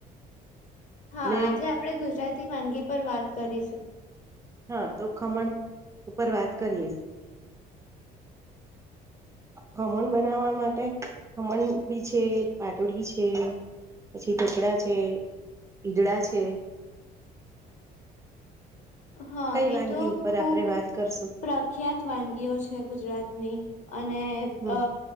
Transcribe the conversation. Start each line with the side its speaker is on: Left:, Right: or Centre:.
Left: હા
Right: ને
Left: આજે આપડે ગુજરા તી વાનગી પર વાત કરીશું.
Right: હા તો ખમણ ઉપર વાત કરીએ ખમણ બનાવવા માટે ખમણ બી છે પાટળી છે પછી ઢોકળા છે ઈદડા છે.
Left: હા
Right: કઈ
Left: એ
Right: વાનગી
Left: તો
Right: ઉપર
Left: ખુબ
Right: આપણે વાત કરશું
Left: પ્રખ્યાત વાનગીઓ છે ગુજરાતની અને
Right: હમ
Left: અ